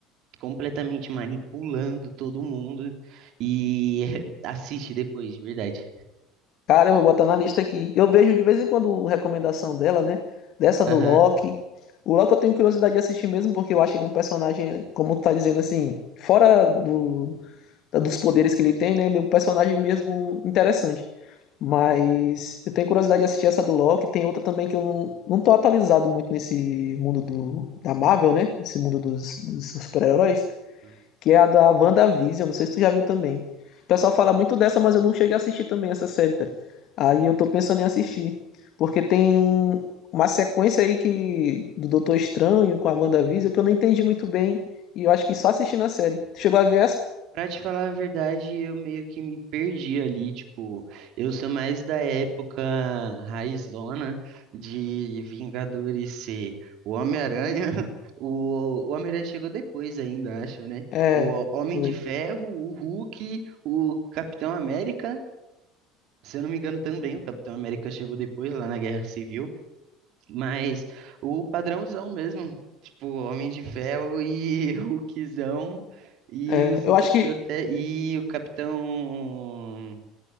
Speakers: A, on the right (about 60°); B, on the left (about 55°).
A: completamente manipulando todo mundo. E <laughs> assiste depois, de verdade.
B: Cara, eu vou botar na lista aqui. Eu vejo de vez em quando recomendação dela, né? Dessa
A: Aham.
B: do Loki. O Loki eu tenho curiosidade de assistir mesmo, porque eu acho ele um personagem, como tu tá dizendo assim, fora do, dos poderes que ele tem, né? Ele é um personagem mesmo interessante. Mas eu tenho curiosidade de assistir essa do Loki. Tem outra também que eu não, não tô atualizado muito nesse mundo do, da Marvel, né? Esse mundo dos, dos super-heróis.
A: Aham.
B: Que é a da WandaVision. Não sei se tu já viu também. O pessoal fala muito dessa, mas eu não cheguei a assistir também essa série, cara. Aí eu tô pensando em assistir. Porque tem uma sequência aí que do Doutor Estranho com a WandaVision que eu não entendi muito bem. E eu acho que só assistindo a série. Tu chegou a ver essa?
A: Pra te falar a verdade, eu meio que me perdi ali, tipo, eu sou mais da época raizona de Vingadores ser o Homem-Aranha, <laughs> o, o Homem-Aranha chegou depois ainda, acho, né?
B: É,
A: O Ho- Homem
B: foi.
A: de Ferro, o Hulk, o Capitão América, se eu não me engano também, o Capitão América chegou depois lá na Guerra Civil, mas o padrãozão mesmo, tipo, Homem de Ferro e <laughs> Hulkzão e
B: É,
A: os
B: eu
A: outros
B: acho que.
A: até e o Capitão,